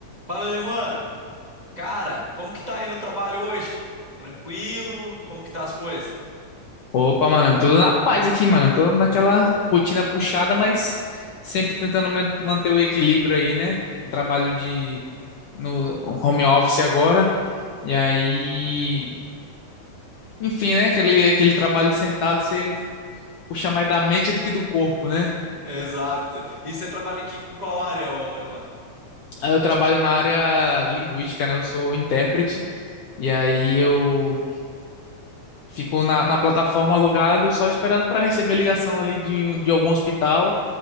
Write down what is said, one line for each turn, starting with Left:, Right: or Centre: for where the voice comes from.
Right: Fala, alemã! Cara, como que tá aí no trabalho hoje? Tranquilo? Como que tá as coisas?
Left: Opa, mano, tudo na paz aqui, mano. Tô naquela rotina puxada, mas sempre tentando man- manter o equilíbrio aí, né? Eu trabalho de no home office agora, e aí, enfim, né? Aquele, aquele trabalho sentado, você puxa mais da mente do que do corpo, né?
Right: Exato. E você trabalha em, que, em qual área, ô, alemã?
Left: Aí Eu trabalho na área linguística, né? Eu sou intérprete, e aí eu Ficou na, na plataforma logado, só esperando para receber ligação ali de, um- de algum hospital.